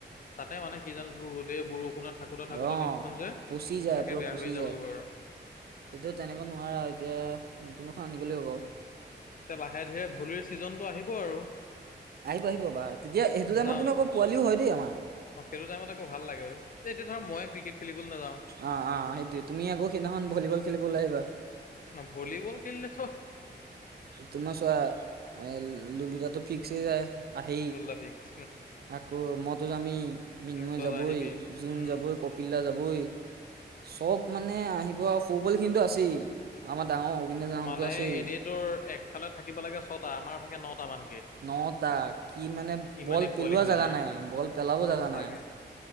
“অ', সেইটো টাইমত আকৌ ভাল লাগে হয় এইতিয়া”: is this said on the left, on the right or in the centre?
Left